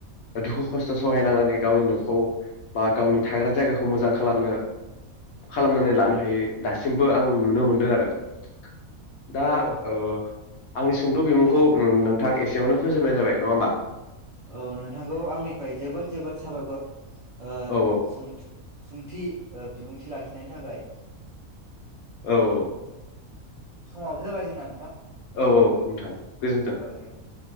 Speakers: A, on the left; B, on the right.
A: दुखु खस्थ सहायनांनानै गावनि नखौ बा गावनि थाग्रा जायगाखौ मोजां खालामनो खालामनानै लानो हायै दासिमबो आं नुनो मोनदों आरो। <unintelligible> दा
B: औ
A: ओ आंनि सुंद बिमुंखौ नोंथां एसेयावनो फोजोबनाय जाबाय, नङा होमबा?
B: औ नोंथांखौ आंनिफ्राय जोबोद जोबोद साबायखर आ
A: औ
B: न सं सुंथि बिबुंथि लाखिनायनि थाखाय
A: औ औ
B: समाबो जाबाय जोंना नोंथां।
A: औ औ नोंथां। गोजोन्थों
B: औ दे होनोमबा।